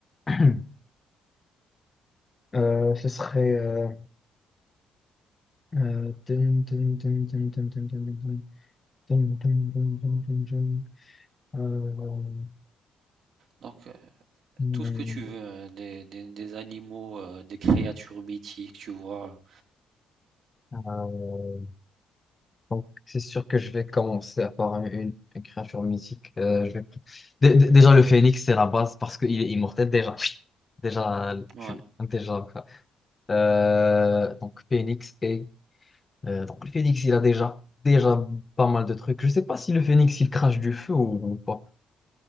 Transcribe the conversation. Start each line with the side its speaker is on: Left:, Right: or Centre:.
Left: <clears throat> Euh, ce serait. euh, euh, dun, dun, dun, dun, dun, dun, dun, dun, dun, dun, dun, dun, dun, dun, dun. Euh,
Right: Donc, heu,
Left: hmm,
Right: tout ce que tu veux, heu, des des des animaux, heu, des créatures mythiques, tu vois?
Left: euh, Donc, c'est sûr que je vais commencer à par une, une créature mythique. Euh, je vais- Dé- dé- Déjà, le phénix, c'est la base parce qu'il est immortel. Déjà, <sniffs> <laughs> déjà, tu...
Right: Ouais,
Left: déjà. quoi. Euh, donc, phénix et. euh, donc, le phénix, il a déjà, déjà pas mal de trucs. Je sais pas si le phénix, il crache du feu ou, ou pas.